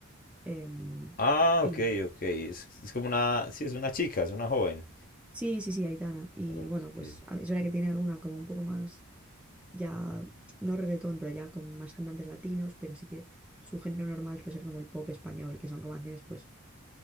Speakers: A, in the centre; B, on the left.
A: Em,
B: Ah,
A: y,
B: ok, ok. Es, es como una... Sí, es una chica, es una joven.
A: sí, sí, sí, Aitana. Y
B: Ok.
A: bueno, pues a- es verdad que tiene alguna como un poco más, ya, no reggaetón, pero ya con más cantantes latinos, pero sí que su género normal suele ser como el pop español, que son como canciones pues